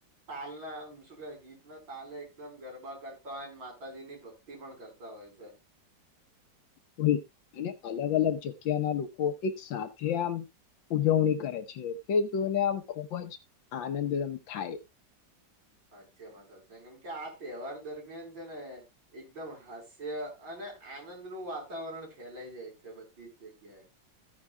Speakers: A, on the right; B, on the left.
A: તાલના શું કેવાય ગીતના તાલે એકદમ ગરબા કરતા હોય માતાજીની ભક્તિ પણ કરતા હોય છે.
B: <unintelligible> અને અલગ અલગ જગ્યાના લોકો એક સાથે આમ ઉજવણી કરે છે તે જોઈને આમ ખૂબ જ આનંદમ થાય.
A: સાચેમાં સાચેમ કેમકે આ તહેવાર દરમિયાન છે ને એકદમ હાસ્ય અને ને આનંદનું વાતાવરણ ફેલાઈ જાય છે બધી જ જગ્યાએ.